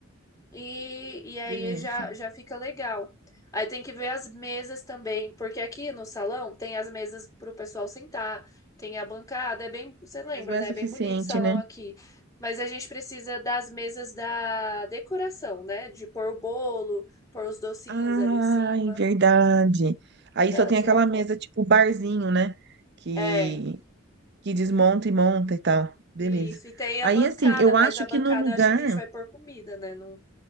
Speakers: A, on the left; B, on the right.
A: E, e aí
B: Beleza.
A: já, já fica legal. Aí tem que ver as mesas também, porque aqui no salão tem as mesas para o pessoal sentar, tem a bancada, é bem, você lembra,
B: É, mas não é
A: né?
B: suficiente,
A: É bem bonito o salão
B: né?
A: aqui. Mas a gente precisa das mesas da decoração, né? De pôr o bolo, pôr os docinhos
B: Ai,
A: ali em cima,
B: verdade. Aí
A: para
B: só
A: ela
B: tem
A: tirar
B: aquela
A: foto.
B: mesa tipo barzinho, né? Que,
A: É,
B: que desmonta e monta e tal. Beleza.
A: isso. E tem
B: Aí,
A: a bancada,
B: assim, eu
A: mas
B: acho
A: a bancada
B: que no lugar,
A: acho que a gente vai pôr comida, né? Não,